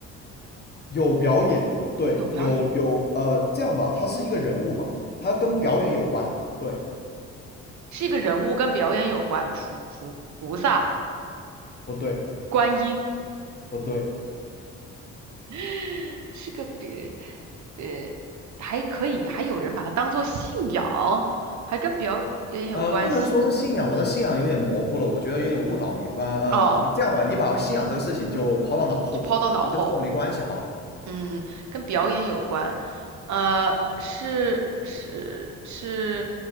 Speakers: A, on the left; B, on the right.
A: 有表演，对，
B: 有表演，
A: 有有呃，这样吧，他是一个人物嘛，他跟表演有关，对，
B: 是一个人物跟表演有关，菩菩菩萨、
A: 不对？
B: 观音
A: 不对，
B: <laughs> 是个别，呃，还可以，还有人把它当做信仰，还跟表演有关系
A: 呃，不能说是信仰吧，这信仰有点模糊了，我觉得有点误导你。呃呃，
B: 哦，
A: 你这样吧，你把信仰这个事情就抛到脑后，
B: 抛到脑后，
A: 就跟这个没关系，好吧？
B: 嗯，跟表演有关，呃，是是是，